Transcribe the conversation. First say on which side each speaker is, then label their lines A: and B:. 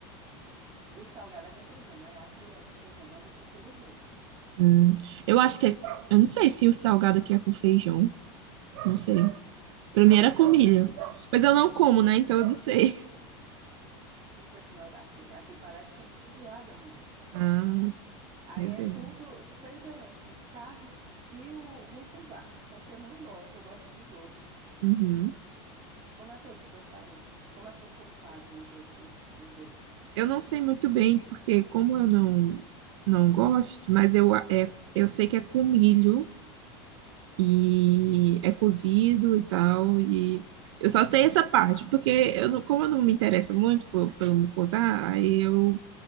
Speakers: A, on the right; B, on the right.
A: tá. O salgado é com feijão, né? Aqui é com feijão, mas eu prefiro o doce.
B: Hum, eu acho que é. Eu não sei se o salgado aqui é com feijão. Não sei. Pra mim era
A: Aqui
B: com
A: parece.
B: milho. Mas eu não como, né? Então eu não sei.
A: Deixa eu dizer como é o daqui. O daqui parece uma feijoada, mulher.
B: Ah,
A: Aí
B: meu
A: é
B: Deus.
A: tudo feijão com carne e o mungunzá. Só que eu não gosto, eu gosto do doce.
B: Uhum.
A: Como é feito o doce aí? Como é que vocês fazem o, do, o, do- o doce?
B: Eu não sei muito bem, porque como eu não, não gosto, mas eu, a- é, eu sei que é com milho e é cozido e tal. E eu só sei essa parte, porque eu não, como eu não me interesso muito por, pelo mucosá, aí eu,